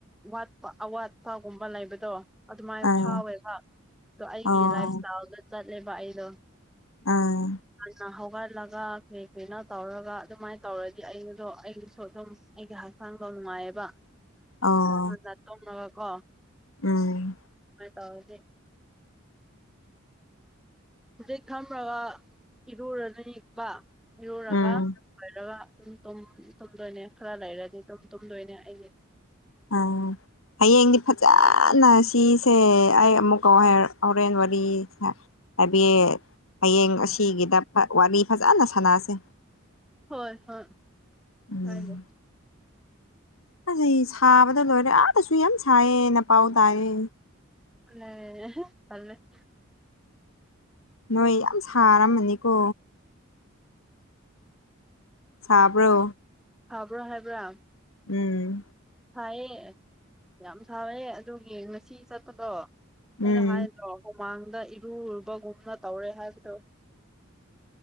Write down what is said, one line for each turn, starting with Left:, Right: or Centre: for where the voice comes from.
Centre: ꯋꯥꯠꯄ ꯑꯋꯥꯠꯄꯒꯨꯝꯕ ꯂꯩꯕꯗꯣ ꯑꯗꯨꯃꯥꯏꯅ
Left: ꯑꯥ
Centre: ꯐꯥꯎꯋꯦꯕ ꯑꯗꯣ ꯑꯩꯒꯤ
Left: ꯑꯣ
Centre: ꯂꯥꯏꯐ ꯏꯁꯇꯥꯏꯜꯗ ꯆꯠꯂꯦꯕ ꯑꯩꯗꯣ
Left: ꯑꯥ
Centre: ꯑꯥ ꯍꯒ ꯆꯠꯂꯒ ꯀꯩ ꯀꯔꯤꯩꯅ ꯇꯧꯔꯒ ꯑꯗꯨꯃꯥꯏꯅ ꯇꯧꯔꯗꯤ ꯑꯩꯗꯣ ꯑꯩꯒꯤꯁꯨ ꯑꯗꯨꯝ ꯑꯩꯒꯤ ꯍꯛꯆꯥꯡꯗ ꯅꯨꯡꯉꯥꯏ ꯃꯌꯦꯕ
Left: ꯑ
Centre: ꯍꯖ ꯇꯣꯡꯉꯒ ꯀꯣ
Left: ꯎꯝ
Centre: ꯇ ꯍꯧꯦ ꯍꯧꯖꯤꯛ ꯈꯝꯃꯒꯏ ꯏꯔꯨꯔꯗꯤꯀ ꯏꯔꯨꯔꯒ
Left: ꯎꯝ
Centre: ꯂꯣꯏꯔꯒ ꯨꯝ ꯇꯨꯝꯗꯣꯏꯅꯦ ꯈꯔ ꯂꯩꯔꯗꯤ ꯇꯨꯝ ꯇꯨꯝꯗꯣꯏꯅꯦ ꯑꯩꯁ
Left: ꯑꯝ ꯍꯌꯦꯡꯗꯤ ꯐꯖꯅ ꯁꯤꯁꯦ ꯑꯩ ꯑꯃꯨꯛꯀꯥꯎ ꯍꯣꯔꯦꯟ ꯋꯥꯔꯤ ꯍꯥꯏꯕꯤ ꯍꯌꯦꯡ ꯑꯁꯤꯒꯤꯗ ꯋꯥꯔꯤ ꯐꯖꯅ ꯁꯥꯟꯅꯁꯦ
Centre: ꯍꯣꯏ ꯍꯣꯏ
Left: ꯎꯝ
Centre: ꯍꯥꯏꯗꯦ
Left: ꯑꯁꯤ ꯁꯥꯕꯗ ꯂꯣꯏꯔꯦ ꯑꯥꯗꯁꯨ ꯌꯥꯝ ꯁꯥꯏꯌꯦꯅ ꯄꯥꯎ ꯇꯥꯔꯦ
Centre: ꯑꯦ
Left: ꯅꯣꯏ ꯌꯥꯝ ꯁꯥꯔꯝꯃꯅꯤꯀꯣ ꯁꯥꯕ꯭ꯔꯣ
Centre: ꯍꯥꯕ꯭ꯔꯥ ꯍꯥꯏꯕ꯭ꯔꯥ
Left: ꯎꯝ
Centre: ꯊꯥꯏꯌꯦ ꯌꯥꯝ ꯊꯋꯦ ꯑꯗꯨꯒꯤ ꯉꯁꯤ ꯆꯠꯄꯗꯣ ꯑꯩꯅ
Left: ꯎꯝ
Centre: ꯍꯥꯏꯗ꯭ꯔꯣ ꯍꯨꯃꯥꯡꯗ ꯏꯔꯨꯨꯕꯒꯨꯝꯅ ꯇꯧꯔꯦ ꯍꯥꯏꯕꯗꯣ